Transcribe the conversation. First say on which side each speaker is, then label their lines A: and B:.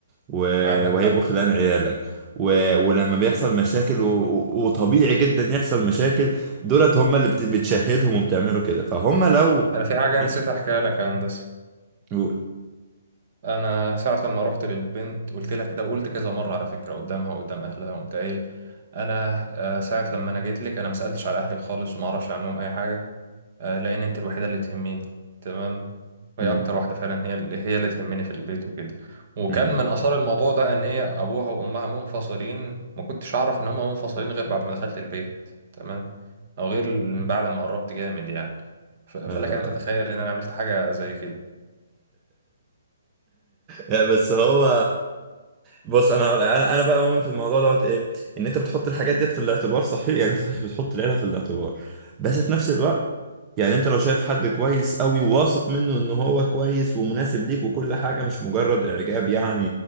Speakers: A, on the right (about 20°); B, on the right (about 45°).
A: و-
B: عندك
A: وهيبقوا
B: حق
A: خلان عيالك و... ولما بيحصل مشاكل و... و- وطبيعي جدا يحصل مشاكل دولت هم اللي بت- بتشهدهم وبتعملوا كده فهم لو
B: انا في حاجة
A: يعني،
B: نسيت احكيها لك يا هندسة
A: قول
B: انا ساعه لما رحت للبنت قلت لها كده وقلت كذا مره على فكره قدامها وقدام اهلها قمت قايل انا آه، ساعه لما انا جيت لك انا ما سالتش على اهلي خالص وما اعرفش عنهم اي حاجه آه، لان انت الوحيده اللي تهمني تمام وهي
A: امم
B: اكتر واحده فعلا هي اللي هي اللي تهمني في البيت وكده وكان
A: امم
B: من اثار الموضوع ده ان هي ابوها وامها منفصلين ما كنتش اعرف ان هم منفصلين غير بعد ما دخلت البيت تمام او غير بعد ما قربت جامد يعني ف- فلك
A: آه.
B: ان تتخيل ان انا عملت حاجه زي كده
A: لا بس هو بص انا انا انا بقى مؤمن في الموضوع دوت ايه ان انت بتحط الحاجات ديت في الاعتبار صحيح يعني انت صحيح بتحط العيله في الاعتبار بس في نفس الوقت يعني انت لو شايف حد كويس قوي وواثق منه ان هو كويس ومناسب ليك وكل حاجه مش مجرد اعجاب يعني